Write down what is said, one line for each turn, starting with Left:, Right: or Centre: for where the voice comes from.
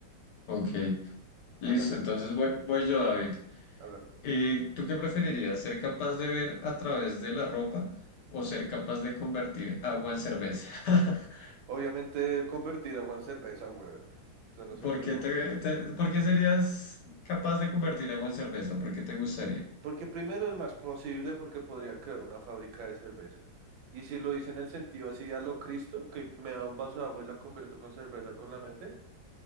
Left: Ok, listo,
Right: Hágale,
Left: entonces voy, voy yo, David.
Right: hágale.
Left: Eh, ¿tú qué preferirías? ¿Ser capaz de ver a través de la ropa o ser capaz de convertir agua en cerveza? <laughs>
Right: Obviamente, convertir agua en cerveza, weón. Eso no se
Left: ¿Por
Right: pregunta.
Left: qué te- te- por qué serías capaz de convertir agua en cerveza? ¿Por qué te gustaría?
Right: Porque primero es más posible porque podría crear una fábrica de cerveza. Y si lo hice en el sentido así a lo Cristo, que me da un vaso de agua y la convierto con cerveza con la mente,